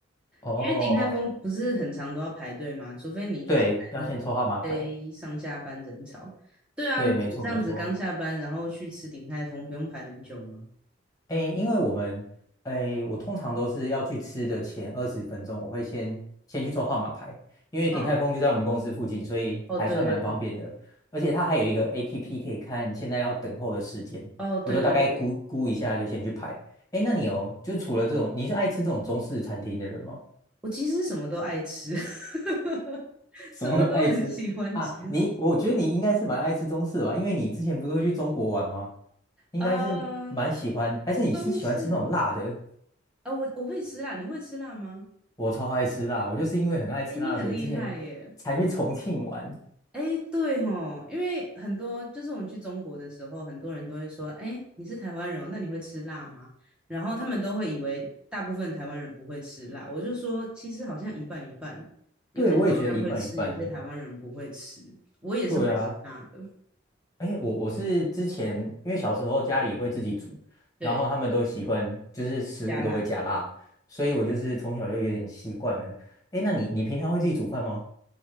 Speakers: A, on the left; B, in the centre.
A: 哦，
B: 因为鼎泰丰不是很常都要排队吗？除非你就是在那种非上下班人潮。
A: 对，要先抽号码牌。
B: 对啊，
A: 对，
B: 你这样子刚下班，
A: 没错没错。
B: 然后去吃鼎泰丰，不用排很久吗？
A: 诶，因为我们，诶，我通常都是要去吃的前二十分钟，我会先先去抽号码牌，因为鼎泰丰就在我们公司附近，
B: 嗯，
A: 所以还算蛮方便的。
B: 哦，对对对，
A: 而且它还有一个 APP 可以看现在要等候的时间，
B: 哦，对对对，
A: 我就大概估估一下就先去排。诶，那你有，就是除了这种，你是爱吃这种中式餐厅的人吗？<laughs>
B: 我其实什么都爱吃，<laughs>
A: 什么都爱吃啊？
B: 什么都很喜欢吃。
A: 你，我觉得你应该是蛮爱吃中式的吧，因为你之前不是会去中国玩吗？应该是蛮喜欢，
B: 呃，
A: 还是你是喜欢吃那种辣的？
B: 中式，呃，我我会吃辣，你会吃辣吗？
A: 我超爱吃辣，我就是因为很爱吃辣，
B: 哎，你很厉害耶。
A: 所以之前才去重庆玩。
B: 哎，对吼，因为很多就是我们去中国的时候，很多人都会说，哎，你是台湾人哦那你会吃辣吗？然后他们都会以为大部分台湾人不会吃辣，我就说其实好像一半一半，有些台湾人会吃，
A: 对，我也觉得一半一半。
B: 有些台湾人不会吃。我也是会吃辣的，
A: 对啊，哎，我我是之前因为小时候家里会自己煮，
B: 对，
A: 然后他们都习惯就是食物都会加辣，
B: 加辣椒。
A: 所以我就是从小就有点习惯了。哎，那你你平常会自己煮饭吗？